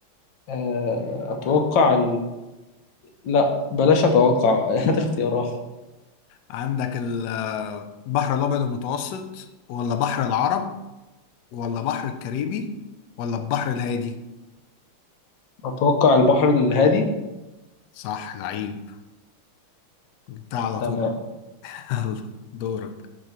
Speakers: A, on the left; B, on the left.
A: آه، أتوقع لا بلاش اتوقع <laughs> هات اختيارات
B: عندك البحر الأبيض المتوسط ولا بحر العرب ولا بحر الكاريبي ولا البحر الهادي
A: اتوقع البحر الهادي
B: صح لعيب جبتها على
A: تمام
B: طول <laughs> يلا دورك